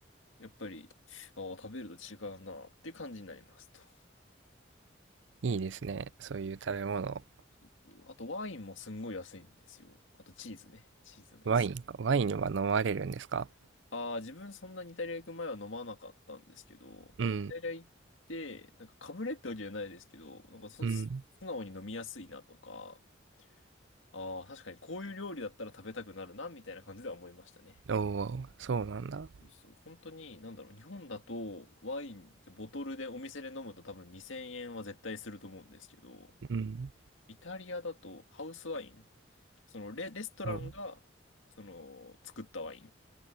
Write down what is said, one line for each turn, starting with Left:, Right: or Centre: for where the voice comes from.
Left: やっぱり、ああ、食べると違うなっていう感じになりますと。そ
Right: いいですね。そういう食べ物。
Left: うそうそうあとワインもすんごい安いんですよ。あとチーズね。チーズも安い。
Right: ワインか。ワインは飲まれるんですか
Left: ああ、自分そんなにイタリア行く前は飲まなかったんですけど、
Right: うん、
Left: イタリア行って、なんかかぶれってわけじゃないですけど、なんかそ素直に飲みやすいなとか、
Right: うん、
Left: ああ、確かにこういう料理だったら食べたくなるな、みたいな感じでは思いましたね。
Right: おお、そうなんだ。
Left: そうそう、本当に、なんだろう、日本だとワインってボトルでお店で飲むと多分2000円は絶対すると思うんですけど、
Right: うん、
Left: イタリアだとハウスワイン、そのレ、レストランが、
Right: うん。
Left: その、作ったワイン。